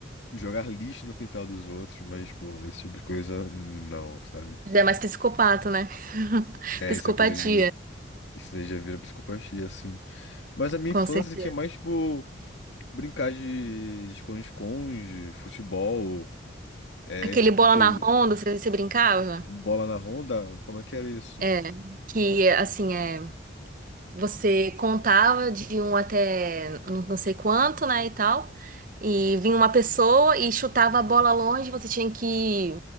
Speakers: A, on the left; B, on the right.
A: jogar lixo no quintal dos outros. Mas, pô, esse tipo de coisa, não, sabe?
B: Eles É mais psicopata, né? <laughs>
A: É,
B: Psicopatia,
A: isso é coisa de. Isso aí já vira psicopatia, assim. Mas a minha
B: com
A: infância
B: certeza.
A: assim, tinha mais, tipo, brincar de de esconde-esconde, futebol. É,
B: Aquele
A: esse tipo
B: bola
A: de coisa.
B: na ronda, você, você brincava?
A: Bola na ronda? Como é que era isso?
B: É. Que assim é. Você contava de um até não não sei quanto, né, e tal. E vinha uma pessoa e chutava a bola longe, você tinha que,